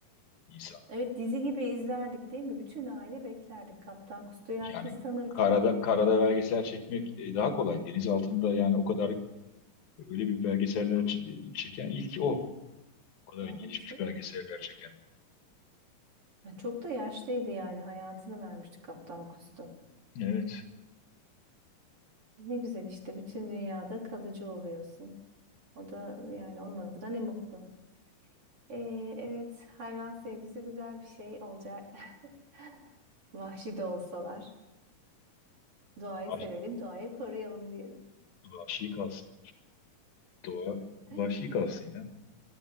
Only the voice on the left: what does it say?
insan.
Yani
karada karada belgesel çekmek e, daha kolay. Deniz altında yani o kadar Öyle bir belgeseller ç- çeken ilk o. O kadar
gelişmiş belgeseller çeken.
Evet.
Vahşi,
vahşi kalsın. Doğa
vahşi kalsın ya.